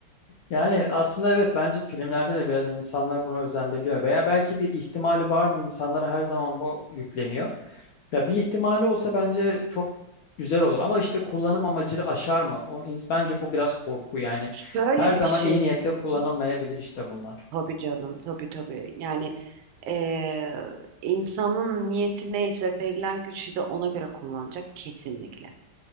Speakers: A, on the left (about 85°); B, on the right (about 80°).
A: Yani aslında evet bence filmlerde de biraz insanlar buna özendiriyor veya belki bir ihtimali var mı insanlara her zaman bu yükleniyor. Ya bir ihtimali olsa bence çok güzel olur ama işte kullanım amacını aşar mı? O, ins- bence bu biraz korku yani.
B: Şöyle
A: Her zaman
B: bir şey
A: iyi niyetle
B: söyleyeyim.
A: kullanılmayabilir işte bunlar.
B: Tabii canım, tabii tabii. Yani e, insanın niyeti neyse verilen gücü de ona göre kullanacak kesinlikle.